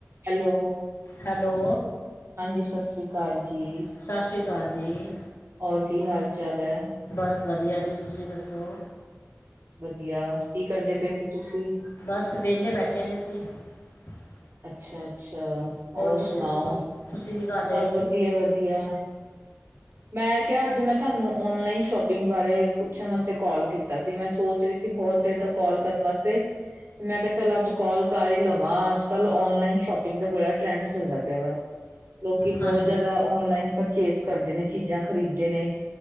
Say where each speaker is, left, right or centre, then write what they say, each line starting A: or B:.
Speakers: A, on the right; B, on the left.
A: Hello
B: hello
A: ਹਾਂਜੀ ਸਤਿ ਸ੍ਰੀ ਅਕਾਲ ਜੀ
B: ਸਤਿ ਸ਼੍ਰੀ ਅਕਾਲ ਜੀ
A: ਹੋਰ ਕੀ ਹਾਲ ਚਾਲ ਹੈ
B: ਬਸ ਵਧੀਆ ਜੀ ਤੁਸੀਂ ਦੱਸੋ
A: ਵਧੀਆ ਕੀ ਕਰਦੇ ਪਏ ਸੀ ਤੁਸੀਂ
B: ਬਸ <unintelligible>
A: ਅੱਛਾ ਅੱਛਾ ਅੱਛਾ ਹੋਰ
B: ਤੁਸੀਂ
A: ਸੁਣਾਓ
B: ਦੱਸੋ ਤੁਸੀਂ ਕੀ ਕਰ ਰਹੇ
A: ਸਭ
B: ਸੀ
A: ਵਧੀਆ ਵਧੀਆ ਮੈਂ ਕਿਹਾ ਅੱਜ ਮੈਂ ਤੁਹਾਨੂੰ ਓਨਲਾਈਨ ਸ਼ੋਪਿੰਗ ਬਾਰੇ ਪੁੱਛਣ ਵਾਸਤੇ ਕਾਲ ਕੀਤਾ ਸੀ ਮੈਂ ਸੋਚ ਰਹੀ ਸੀ ਬਹੁਤ ਦੇਰ ਤ ਕੋਲ ਕਰਨ ਵਾਸਤੇ ਤੇ ਮੈਂ ਕਿਹਾ ਚੱਲ ਅੱਜ ਕੋਲ ਕਰ ਹੀ ਲਵਾਂ ਅੱਜ ਕੱਲ ਆਨਲਾਈਨ ਸ਼ੋਪਿੰਗ ਦਾ ਬੇੜਾ ਟਰੈਂਡ ਚਲਦਾ ਪਿਆ ਵਾ ਲੋਕੀ ਬਹੁਤ
B: ਹਾਂਜੀ
A: ਜਿਆਦਾ ਔਨਲਾਈਨ ਪਰਚੇਸ ਕਰਦੇ ਨੇ ਚੀਜ਼ਾਂ ਖਰੀਦਦੇ ਨੇ